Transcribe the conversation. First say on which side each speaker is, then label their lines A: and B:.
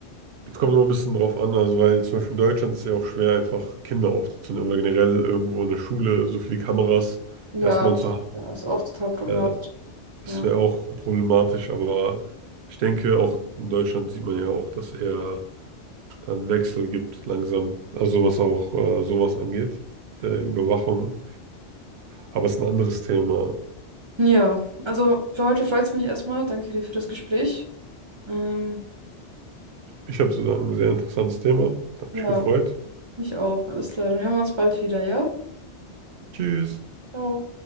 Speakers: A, on the right; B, on the right.
A: es kommt immer ein bisschen drauf an, also weil zum Beispiel in Deutschland ist ja auch schwer, einfach Kinder aufzunehmen oder generell irgendwo in der Schule so viele Kameras
B: Ja,
A: erstmal zu haben.
B: ja, ist auch total problematisch.
A: Äh, das
B: Ja.
A: wäre auch problematisch, aber ich denke, auch in Deutschland sieht man ja auch, dass er dann Wechsel gibt langsam. Also was auch äh, sowas angeht, der Überwachung. Aber es ist ein anderes Thema.
B: Ja, also für heute freut es mich erstmal. Danke dir für das Gespräch. Ähm,
A: Ich habe sozusagen ein sehr interessantes Thema. Hat
B: ja,
A: mich gefreut.
B: mich auch. Alles klar. Dann hören wir uns bald wieder, ja?
A: Tschüss.
B: Ciao.